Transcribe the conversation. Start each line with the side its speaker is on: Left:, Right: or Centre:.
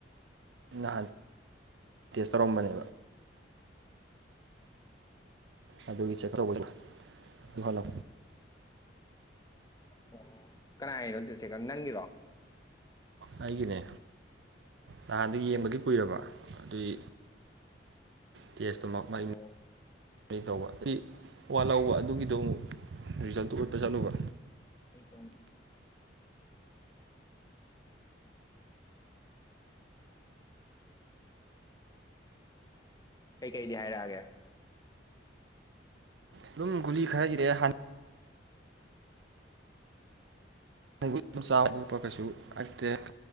Right: ꯅꯍꯥꯟ ꯇꯦꯁ ꯇꯧꯔꯝꯕꯅꯦꯕ ꯑꯗꯨꯗꯒꯤ ꯆꯠꯀ꯭ꯔꯧꯕꯅ ꯑꯗꯨ ꯑꯗꯨ ꯍꯜꯂꯣ
Left: ꯑꯣ ꯀꯅꯥꯅꯣ ꯆꯠꯁꯦꯀ ꯅꯪꯒꯤꯔꯣ
Right: ꯑꯩꯒꯤꯅꯦ ꯅꯍꯥꯟꯗ ꯌꯦꯡꯕꯒꯤ ꯀꯨꯏꯔꯕ ꯑꯗꯨꯏ ꯇꯦꯁꯇꯨꯃꯛ ꯃ
Left: ꯑꯣ
Right: ꯇꯧꯕ ꯑꯩ ꯋꯥ ꯂꯧꯕ ꯑꯗꯨꯒꯤꯗꯣ ꯑꯃꯨꯛ ꯔꯤꯖꯜꯇꯨ ꯎꯠꯄ ꯆꯠꯂꯨꯕ
Left: ꯍꯣ ꯀꯩꯀꯩꯗꯤ ꯍꯥꯏꯔꯛꯑꯒꯦ
Right: ꯑꯗꯨꯝ ꯒꯨꯂꯤ ꯈꯔ ꯏꯔꯦꯑꯦ ꯍꯥꯟꯅ ꯕꯨ ꯑꯗꯨꯝ ꯆꯥꯕ ꯌꯣꯛꯄ ꯀꯩꯁꯨ ꯍꯛꯇꯦ